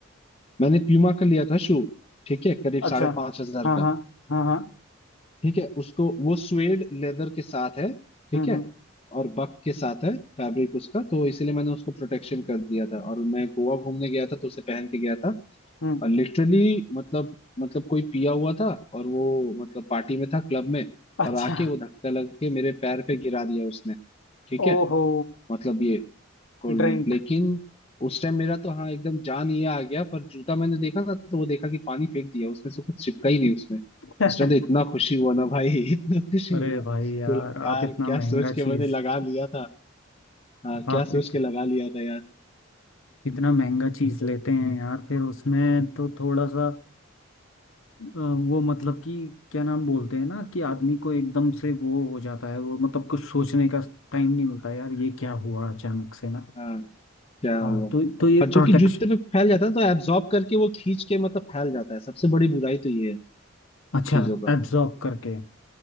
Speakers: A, on the left; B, on the left.
A: मैंने प्यूमा का लिया था शू ठीक है करीब
B: अच्छा
A: साढ़े पांच हजार
B: हाँ
A: का
B: हाँ हाँ हाँ
A: ठीक है उसको वो स्वेड लेदर के साथ है ठीक
B: हम्म
A: है
B: हम्म
A: और बक के साथ है फैब्रिक उसका तो इसलिए मैंने उसको प्रोटेक्शन कर दिया था और मैं गोवा घूमने गया था तो उसे पहन के गया था
B: हम्म,
A: और लिटरली मतलब मतलब कोई पिया हुआ था और वो मतलब पार्टी में था क्लब में
B: अच्छा
A: और आके वो धक्का लग के मेरे पैर पे गिरा दिया उसने ठीक है
B: ओहो
A: मतलब ये कोल्ड
B: ड्रिंक
A: ड्रिंक लेकिन उस टाइम मेरा तो हाँ एकदम जान ये आ गया पर जूता मैंने देखा था तो वो देखा कि पानी फेंक दिया उसमें से कुछ चिपका ही नहीं उसमें
B: <laughs>
A: उस टाइम तो इतना खुशी हुआ ना भाई <laughs> इतना खुशी
B: अरे
A: हुआ
B: भाई
A: कि
B: यार
A: बोला
B: आप
A: यार
B: इतना
A: क्या
B: महंगा
A: सोच के
B: चीज़
A: मैंने लगा लिया था हाँ
B: आप
A: क्या सोच
B: इत,
A: के लगा लिया था यार
B: इतना महंगा चीज़ लेते हैं यार फिर उसमें तो थोड़ा सा अ, वो मतलब कि क्या नाम बोलते हैं ना कि आदमी को एकदम से वो हो जाता है वो मतलब कुछ सोचने का टाइम नहीं मिलता यार ये क्या हुआ अचानक से ना
A: हाँ। क्या हुआ
B: हाँ तो तो ये
A: और
B: प्रोटेक्शन
A: जो कि जूते पे फैल जाता है तो एब्जॉर्ब करके वो खींच के मतलब फैल जाता है सबसे बड़ी बुराई तो ये है
B: अच्छा
A: चीजों का
B: एब्जॉर्ब करके